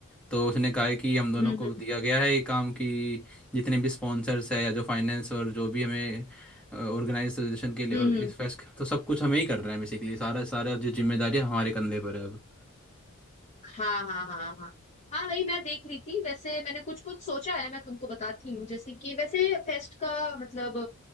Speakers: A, in the centre; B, on the left.
A: तो उसने कहा है कि हम दोनों
B: हम्म
A: को
B: हम्म
A: दिया गया है ये काम कि जितने भी स्पॉन्सर्स है या जो फाइनेंस और जो भी हमें ऑर्गेनाइजेशन के लिए
B: हम्म
A: और
B: हम्म,
A: इस
B: हम्म।
A: फेस्ट तो सब कुछ हमें ही करना है बेसिकली सारा सारा जो जिम्मेदारी हमारे कंधे पर है अब
B: हाँ हाँ हाँ हाँ हाँ वही मैं देख रही थी वैसे मैंने कुछ कुछ सोचा है मैं तुमको बताती हूँ जैसे कि वैसे फेस्ट का मतलब